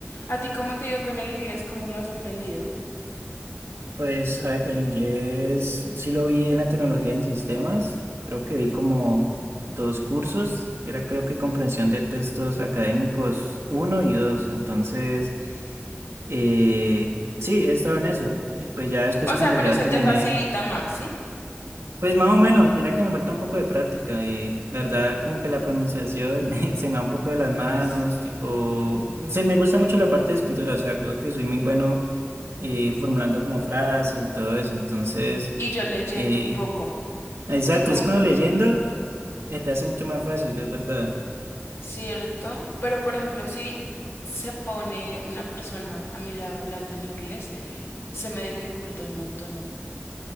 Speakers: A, on the left (about 65°); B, on the right (about 75°).
A: ¿A ti cómo te ha ido con el inglés? ¿Cómo lo has aprendido?
B: Pues, a ver, el inglés sí lo vi en la tecnología en sistemas. Creo que vi como dos cursos. Era creo que comprensión de textos académicos uno y dos. Entonces, eh, sí, he estado en eso. Y pues ya después
A: O
B: cuando
A: sea, pero
B: ya
A: se
B: terminé,
A: te facilita más, ¿sí?
B: pues más o menos, mira que me falta un poco de práctica. eh, la verdad, como que la pronunciación <laughs> se me va un poco de las
A: Ay,
B: manos,
A: sí.
B: tipo, se me gusta mucho la parte de escritura, o sea, creo que soy muy bueno eh, formulando como frases y todo eso. Entonces,
A: Y yo leyendo
B: eh,
A: un poco.
B: exacto,
A: O sea, como
B: es que uno leyendo eh, te hace mucho más fácil, es verdad.
A: Cierto, pero por ejemplo, si se pone una persona a mi lado hablando en inglés, se me dificulta un montón.